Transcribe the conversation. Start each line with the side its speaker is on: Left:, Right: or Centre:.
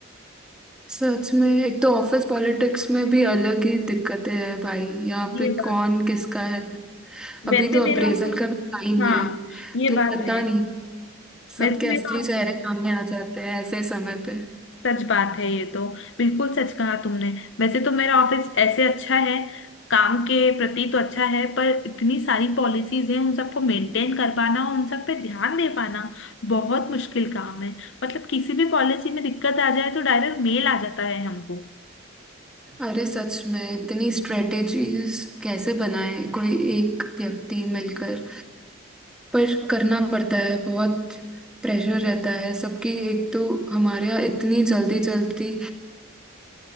Centre: सच में एक तो ऑफिस पॉलिटिक्स में भी अलग ही दिक्कतें हैं भाई यहाँ
Left: ये
Centre: पे
Left: बात
Centre: कौन किसका
Left: है
Centre: है अभी
Left: वैसे
Centre: तो
Left: मेरा
Centre: अप्रेजल
Left: ऑफिस
Centre: का भी टाइम
Left: हाँ
Centre: है
Left: ये
Centre: तो
Left: बात
Centre: पता
Left: है
Centre: नहीं सबके
Left: वैसे
Centre: असली
Left: मेरा
Centre: चेहरे सामने आ जाते हैं ऐसे समय पे
Left: सच बात है ये तो बिल्कुल सच कहा तुमने वैसे तो मेरा ऑफिस ऐसे अच्छा है काम के प्रति तो अच्छा है पर इतनी सारी पॉलिसीज हैं उन सबको मेंटेन कर पाना और उन सब पे ध्यान दे पाना बहुत मुश्किल काम है मतलब किसी भी पॉलिसी में दिक्कत आ जाए तो डायरेक्ट मेल आ जाता है हमको
Centre: अरे सच में इतनी स्ट्रेटेजीज कैसे बनाए कोई एक व्यक्ति मिलकर पर करना पड़ता है बहुत प्रेशर रहता है सबकी एक तो हमारे यहाँ इतनी जल्दी जल्दी